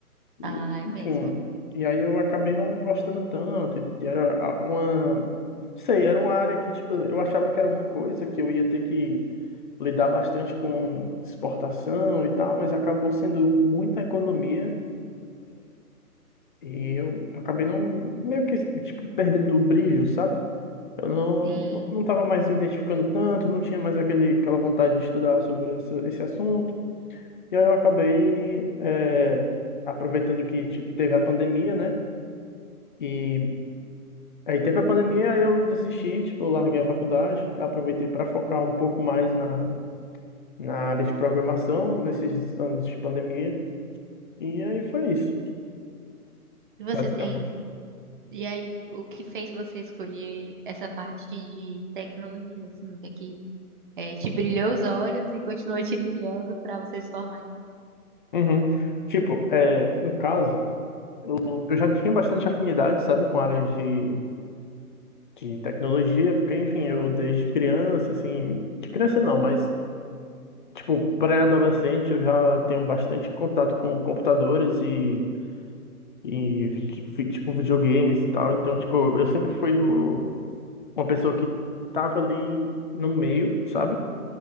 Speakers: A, on the left; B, on the right.
A: e,
B: Ah, é
A: enfim.
B: mesmo.
A: E aí eu acabei não gostando tanto. e Era a- uma. Não sei, era uma área que, tipo, eu achava que era uma coisa que eu ia ter que lidar bastante com exportação e tal, mas acabou sendo muita economia. E eu acabei não, meio que, tipo, perdendo o brilho, sabe? Eu não,
B: Sim.
A: não, não tava mais me identificando tanto, não tinha mais aquele, aquela vontade de estudar sobre essa, esse assunto. E aí eu acabei, é, aproveitando que, tipo, teve a pandemia, né? E aí teve a pandemia, aí eu desisti, tipo, eu larguei a faculdade, aproveitei para focar um pouco mais na, na área de programação nesses anos de pandemia. E aí foi isso,
B: E você
A: basicamente.
B: tem E aí, o que fez você escolher essa parte de tecnologia, assim, que aqui é, te brilhou os olhos e continua te brilhando para você se formar?
A: Uhum. Tipo, é, no caso. eu eu já tinha bastante afinidade, sabe, com a área de, de tecnologia, porque, enfim, eu desde criança, assim, de criança não, mas, tipo, pré-adolescente eu já tenho bastante contato com computadores e, e vi- vi- tipo, videogames e tal, então, tipo, eu sempre fui o- uma pessoa que tava ali no meio, sabe?